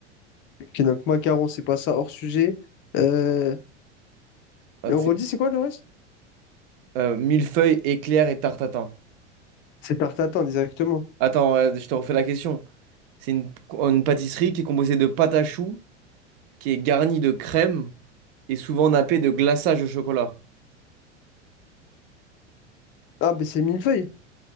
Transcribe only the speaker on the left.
Ok, donc macaron, c'est pas ça, hors sujet. Euh...
et
on
redit, c'est quoi le reste?
C'est tarte tatin, directement.
Ah, ben c'est millefeuille.